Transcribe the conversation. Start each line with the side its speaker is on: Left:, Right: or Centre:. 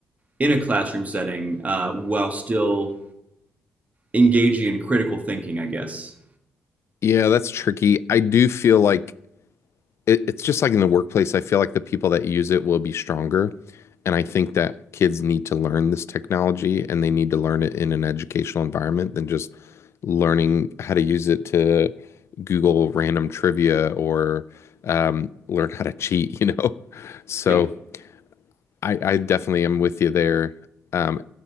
Right: in a classroom setting uh, while still engaging in critical thinking. I guess.
Left: Yeah. That's tricky. I do feel like it, it's just like in the workplace, I feel like the people that use it will be stronger. And I think that kids need to learn this technology and they need to learn it in an educational environment than just learning how to use it to Google random trivia or um, learn how to cheat, <laughs> you know? So
Right: Yeah.
Left: I, I definitely am with you there. Um,